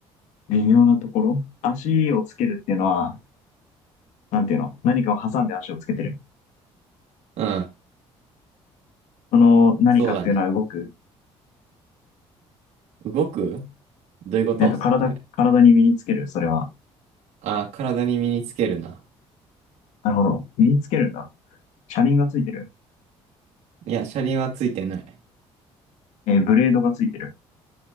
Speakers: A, on the left; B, on the right.
A: 微妙なところ。足をつけるっていうのは、なんていうの何かを挟んで足をつけてる。
B: うん、
A: その何かっていうのは動く。
B: そうだね。動くどういうことそれ。
A: えっと、体、体に身につける、それは。
B: あ、体に身につけるな。
A: なるほど。身につけるんだ。車輪がついてる
B: いや、車輪はついてない。
A: えーブレードがついてる